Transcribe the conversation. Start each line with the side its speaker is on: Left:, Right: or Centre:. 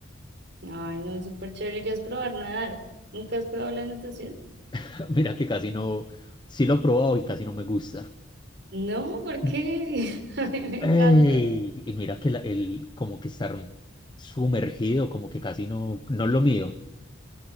Right: Ay, no, súper chévere. Deberías probar nadar. ¿Nunca has probado la natación?
Left: <laughs> Mira que casi no, sí lo he probado y casi no me gusta.
Right: No, ¿por
Left: <clears throat> Mm,
Right: qué? <laughs> A mí me
Left: ey,
Right: encanta.
Left: y mira que la- el como que estar sumergido, como que casi no, no es lo mío.